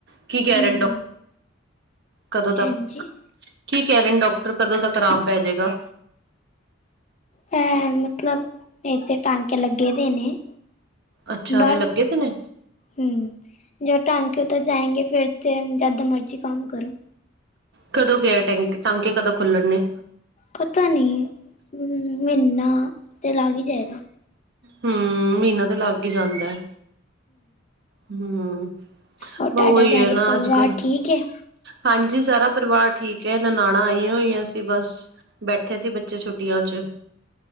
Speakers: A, on the right; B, on the left.
A: ਕੀ ਕਹਿ
B: ਹਮ
A: ਰਹੇ ਨੇ?
B: ਹਮ
A: ਕਦੋਂ ਤੱਕ?
B: ਹਾਂਜੀ
A: ਕੀ ਕਹਿ ਰਹੇਨ ਡੌਕਟਰ ਕਦੋ ਤੱਕ ਆਰਾਮ ਪੈਜੇਗਾ?
B: ਹੈਂ! ਮਤਲਬ ਇਥੇ ਟਾਂਕੇ ਲੱਗੇ ਦੇ ਨੇ।
A: ਅੱਛਾ!
B: ਬਸ
A: ਅਰੇ ਲੱਗੇ ਪੲਏ
B: ਹਮ ਜੋ ਟਾਂਕੇ ਤੇ ਜਾਏਗੇ ਫੇਰ ਤੇ ਜਦ ਮਰਜ਼ੀ ਕੰਮ ਕਰੋ।
A: ਕਦੋਂ ਗ ਟ ਟਾਂਕੇ ਕਦੋਂ ਖੁੱਲਣ ਨੇ?
B: ਪਤਾ ਨਹੀਂ ਮਹੀਨਾ ਤਾਂ ਲੱਗ ਹੀ ਜਾਏਗਾ।
A: ਹੂੰ, ਮਹੀਨਾ ਤਾਂ ਲੱਗ ਹੀ ਜਾਂਦਾ ਹੈ। ਹਮ
B: ਹੋਰ ਤੁਹਾਡਾ
A: ਬ ਉਹੀ
B: ਸਾਰੇ
A: ਹੈ ਨਾ
B: ਪਰਿਵਾਰ
A: ਅੱਜਕਲ
B: ਠੀਕ ਹੈ
A: ਹਾਂਜੀ ਸਾਰਾ ਪਰਿਵਾਰ ਠੀਕ ਏ ਨਨਾਣਾ ਆਈਆਂ ਹੋਈਆਂ ਸੀ ਬਸ। ਬੈਠੇ ਸੀ ਬੱਚੇ ਛੁੱਟੀਆਂ ਚ